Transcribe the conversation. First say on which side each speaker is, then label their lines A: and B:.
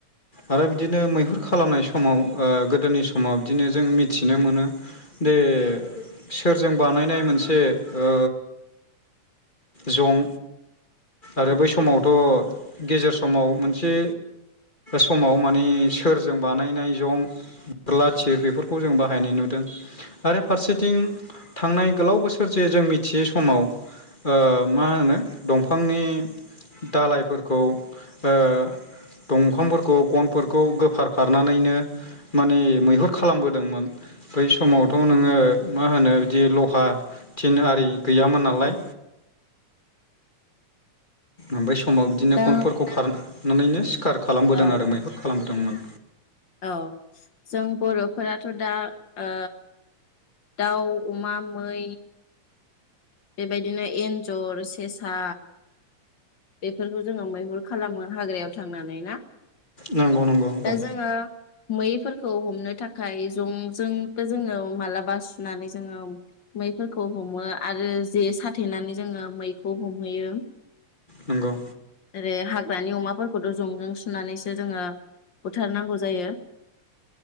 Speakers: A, on the left (about 20°); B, on the left (about 45°).
A: आरो बिदिनो मैहुर खालामनाय समाव ओ गोदोनि समाव बिदिनो जों मिथिनो मोनो दे सोरजों बानायनाय मोनसे ओ जं
B: औ
A: आरो बै समावथ' गेजेर समाव मोनसे समाव माने सोरजों बानायनाय जं बोरला थिर बेफोरखौ जों बाहायनाय नुदों आरो फारसेथिं थांनाय गोलाव बोसोर जे जों मिथियै समाव ओ मा होनो दंफांनि दलायफोरखौ ओ दंफांफोरखौ गनफोरखौ गोफार फारनानैनो माने मैहुर। खालामबोदोंमोन बै समावथ'
B: औ
A: नोङो मा होनो बिदि लहा। थिन आरि गैयामोन नालाय। ओमफाय स समाव बिदिनो
B: दा
A: गनफोरखौ फार नुनायनो सिखार खालामबोदों
B: औ
A: आरो मैहुर खालामबोदोंमोन।
B: औ जों बर'फोराथ' दा ओ दाउ, अमा, मै बेबायदिनो एन्जर सेसा बेफोरखौ जोङो मैहुर खालामो हाग्रायाव थांनानै ना?
A: नंगौ नंगौ
B: दा
A: औ
B: जोङो मैफोरखौ हमनो थाखाय जंजोंबो जोङो मालाबा सुनानै जोङो मैफोरखौ हमो आरो जे साथेनानै जोङो मैखौ हमहैयो।
A: नंगौ।
B: जेरै हाग्रानि अमाफोरखौथ' जंजों सुनानैसो जोङो बुथारनांगौ जायो।